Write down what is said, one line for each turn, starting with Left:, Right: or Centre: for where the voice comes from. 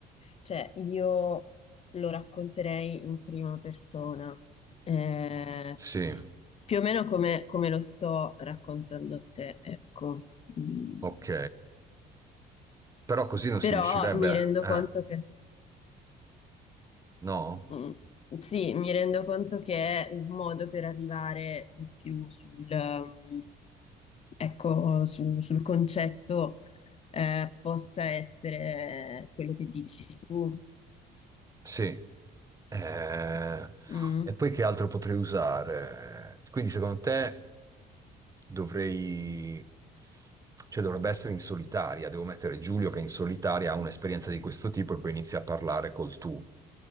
Left: cioè, io lo racconterei in prima persona, eh,
Right: Sì,
Left: più o meno come, come lo sto raccontando a te, ecco. Mm.
Right: ok. Però così non si
Left: Però
Right: riuscirebbe,
Left: mi
Right: a...
Left: rendo
Right: eh?
Left: conto che,
Right: No?
Left: mm, sì, mi rendo conto che è un modo per arrivare di più sul... mm, ecco, su- sul concetto eh, possa essere quello che dici tu.
Right: Sì. Eh,
Left: Mm.
Right: E poi che altro potrei usare? Quindi secondo te dovrei... Cioè dovrebbe essere in solitaria, devo mettere Giulio che in solitaria ha un'esperienza di questo tipo e poi inizia a parlare col tu.